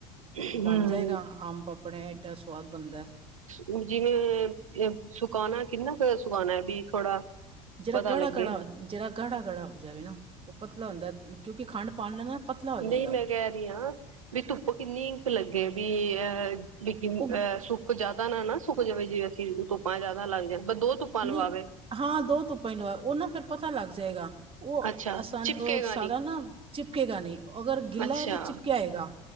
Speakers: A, on the right; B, on the right.
A: ਹਮ
B: ਬਣ ਜਾਏਗਾ ਅਮ ਪਾਪੜ ਐਡਾ ਸਵਾਦ ਬਣਦਾ।
A: ਹੁਣ ਜਿਵੇ ਸੁਕਾਣਾ ਕਿੰਨਾ ਕੁ ਸੁਕਾਣਾ ਵੀ ਥੋੜਾ।
B: ਜਿਹੜਾ
A: ਪਤਾ
B: ਗਾੜਾ-
A: ਲੱਗੇ
B: ਗਾੜਾ ਜਿਹੜਾ ਗਾੜਾ ਹੋ ਜਾਵੇ ਨਾ ਉਹ ਪਤਲਾ ਹੁੰਦਾ ਕਿਉਕਿ ਖੰਡ ਪਾ ਲੈਣ ਨਾ। ਪਤਲਾ ਹੋ ਜਾਏਗਾ
A: ਨਹੀਂ, ਮੈਂ ਕਹਿ ਰਹੀ ਹਾਂ, ਵੀ ਧੁੱਪ ਕਿੰਨੀ ਲੱਗੇ ਵੀ ਅ ਬ ਅਹ
B: ਉਹ
A: ਸੁੱਕ ਜਿਆਦਾ ਨਾ ਨਾ ਸੁੱਕ ਜਾਵੇ ਜੇ ਅਸੀਂ ਧੁੱਪਾ ਜਿਆਦਾ ਲੱਗ ਜਾਏ ਦੋ ਧੁੱਪਾ ਲਵਾਵੇ।
B: ਨਹੀਂ ਹਾਂ ਦੋ ਧੁੱਪਾਂ ਹੀ ਲਵਾਓ ਫਿਰ ਪਤਾ ਲੱਗ ਜਾਏਗਾ। ਉਹ
A: ਅੱਛਾ
B: ਆਸਾਨ
A: ਚਿਪਕੇਗਾ
B: ਉਹ ਸਾਰਾ
A: ਨੀ
B: ਨਾ ਚਿਪਕੇਗਾ ਨਹੀ ਅਗਰ ਗਿੱਲਾ
A: ਅੱਛਾ
B: ਹੈ। ਤਾਂ ਚਿਪਕਿਆ ਆਏਗਾ